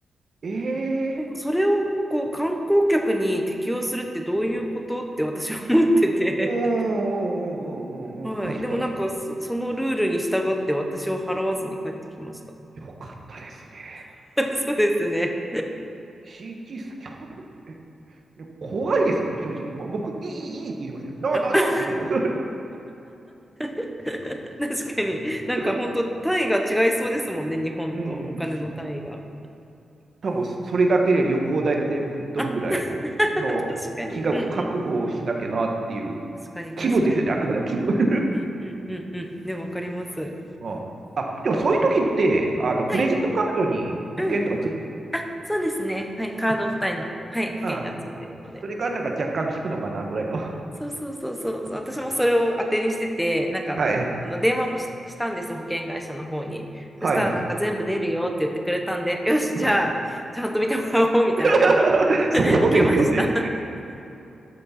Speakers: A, on the right; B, in the centre.
A: い。
B: でもそれをこう観光客に適用するってどういうことって私は思ってて
A: ええー、うんうんうんうんうんうん、
B: はい。
A: 確かに。
B: でもなんかそ、そのルールに従って私は払わずに帰ってきました。
A: よかったですね。
B: <laughs> そうですね。
A: CT スキャンとか、え、ね怖いですね、正直。もう僕、いい、いい、いいって言いますよ。ノー、
B: <laughs>
A: ノー、ノー言いますよ。
B: 確かに。なんか本当単位が違いそうですもんね、
A: <laughs>
B: 日本とお金の単位が。
A: うん。多分それだけで旅行代が全部吹っ飛ぶぐらいの、
B: あ、
A: の金額覚悟をしなきゃなっていう
B: 確かに。うんうん。確かに、
A: 気分ですよね、
B: 確かに。
A: あくまでも気分。<laughs>
B: うんうんうんうん。でもわかります。
A: ああ、でもそういう時って、あの、クレジットカードに保険とかついてるんです
B: はい。うん。あ、そうですね。はい。カード付帯の、
A: かね。
B: はい、保険がついてるので。
A: ああ、それがなんか若干効くのかなぐらいの。
B: そうそうそうそう、私もそれを当てにしてて、
A: うん
B: なんか、
A: はいはい。
B: あの電話もし、したんですよ、保険会社の方に。そしたら、
A: はいはい。
B: なんか全部出るよって言ってくれたんで、よし、じゃあ、
A: あ
B: ちゃんと見てもらおうみたいな感じ
A: <laughs> そうですよね。
B: で <laughs> いけました。<laughs>